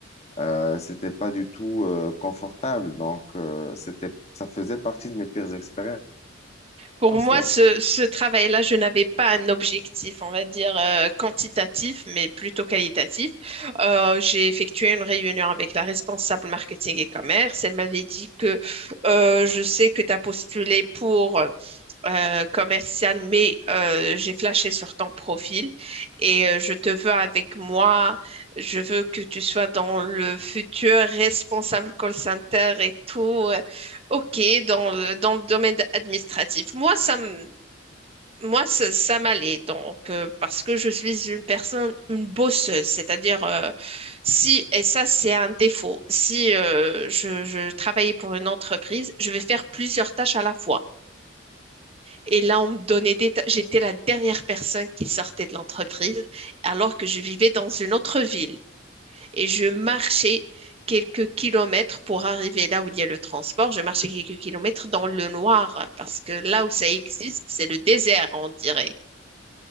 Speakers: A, on the left (about 30°); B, on the right (about 30°).
A: Euh, c'était pas du tout euh, confortable. Donc, euh, c'était, ça faisait partie de mes pires expériences,
B: Pour moi,
A: ouais.
B: ce, ce travail-là, je n'avais pas un objectif, on va dire, euh, quantitatif, mais plutôt qualitatif. Euh, j'ai effectué une réunion avec la responsable marketing et commerce. Elle m'avait dit que euh, je sais que tu as postulé pour euh, commercial, mais euh, j'ai flashé sur ton profil et euh, je te veux avec moi. Je veux que tu sois dans le futur responsable call center et tout. euh, Ok, dans le, dans le domaine administratif. Moi, ça me, moi, ça, ça m'allait donc euh, parce que je suis une personne, une bosseuse, c'est-à-dire euh, si et ça c'est un défaut. Si euh, je, je travaillais pour une entreprise, je vais faire plusieurs tâches à la fois. Et là, on me donnait des... ta- J'étais la dernière personne qui sortait de l'entreprise alors que je vivais dans une autre ville. Et je marchais quelques kilomètres pour arriver là où il y a le transport. Je marchais quelques kilomètres dans le noir parce que là où ça existe, c'est le désert, on dirait.